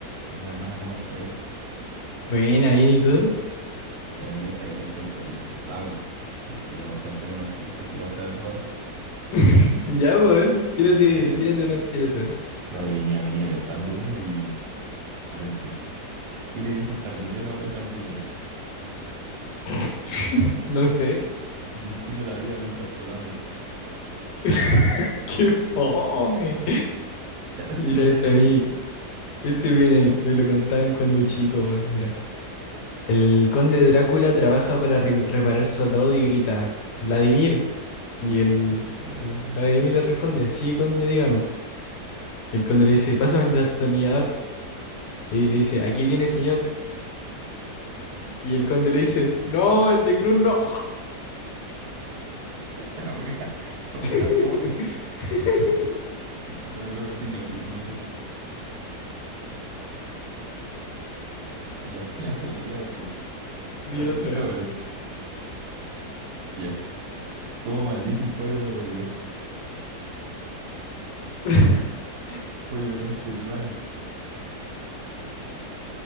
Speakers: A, on the right; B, on the left.
A: Bueno, hermano, ¿cómo estáis?
B: Buena, bien, ¿y tú?
A: Bien, bien, sabéis que estoy terrible estresado. Queréis que nos contemos unos chistes así que pasar el rato.
B: <laughs> Ya, pues, a ver, tírate,
A: A ver,
B: tírate una, tírate. una.
A: espérate que venía, venía pensando uno y atento. ¿Qué le dijo un jardinero a otro jardinero?
B: <laughs> No sé.
A: Disfruta la vida mientras podamos.
B: <laughs> ¡Qué fome!
A: <laughs>
B: Mira,
A: Dígaselo
B: este a mí,
A: tú.
B: este me, me lo contaban cuando chico, weón, mira. El conde Drácula trabaja para re- reparar su ataúd y grita, Vladimir. Y el, el Vladimir le responde, sí, conde, dígame. Y el conde le dice, pásame el destornillador. Y le dice, aquí tiene, señor. Y el conde le dice, no, el de Cruz no.
A: La wea, la
B: <laughs>
A: wea fome.
B: <laughs>
A: No, no, conté más chistes mejor. Ya, <laughs> ya, mira este.
B: Di
A: O Este
B: otra
A: está
B: vez.
A: bueno. Ya. ¿Cómo maldice un pollo a otro pollo?
B: <laughs>
A: Pollo conche tu madre.